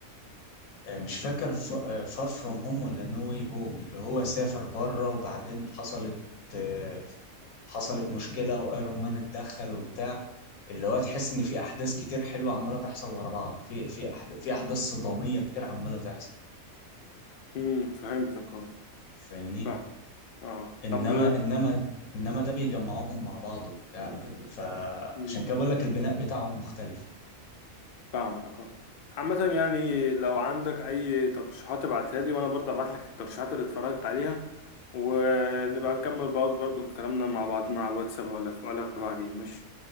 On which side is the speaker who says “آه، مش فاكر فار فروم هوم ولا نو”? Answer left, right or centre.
Left